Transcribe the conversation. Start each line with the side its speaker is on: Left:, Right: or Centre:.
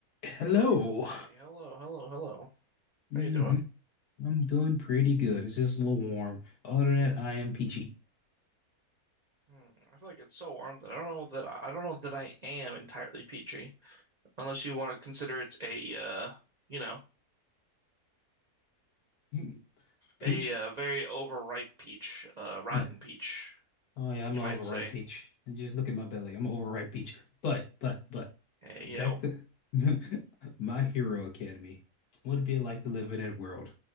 Left: Hello.
Right: Alrighty. Hello, hello, hello.
Left: hmm
Right: How you doing?
Left: I'm doing pretty good. It's just a little warm. Other than that, I am peachy. <clears throat>
Right: Hmm, I feel like it's so warm that I don't know that I, I don't know that I am entirely peachy, unless you want to consider it a uh, you know,
Left: Mm. Peach?
Right: a uh, very overripe peach, uh, rotten
Left: Huh. <laughs>
Right: peach,
Left: Oh yeah, I'm
Right: you
Left: an
Right: might
Left: overripe
Right: say.
Left: peach. And just look at my belly. I'm an overripe peach. But, but, but,
Right: Hey
Left: back
Right: yo,
Left: to <laughs> My Hero Academy. What would it be like to live in that world?